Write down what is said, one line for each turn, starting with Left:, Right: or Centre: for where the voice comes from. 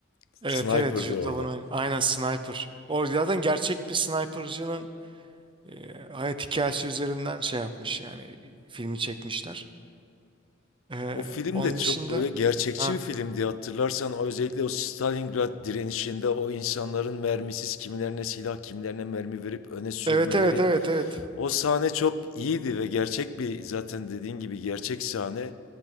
Left: Sniper'dı
Right: Evet evet Jude
Left: orada.
Right: Law'un oyun- aynen sniper. O zaten gerçek bir snipercının ee, hayat hikayesi üzerinden şey yapmış yani e, filmi çekmişler. Ee,
Left: O film
Right: onun
Left: de çok
Right: dışında
Left: böyle gerçekçi
Right: ha
Left: bir filmdi hatırlarsan o özellikle o Stalingrad direnişinde o insanların mermisiz kimilerine silah kimilerine mermi verip öne sürmeleri
Right: evet evet evet evet.
Left: o sahne çok iyiydi ve gerçek bir zaten dediğin gibi gerçek sahne.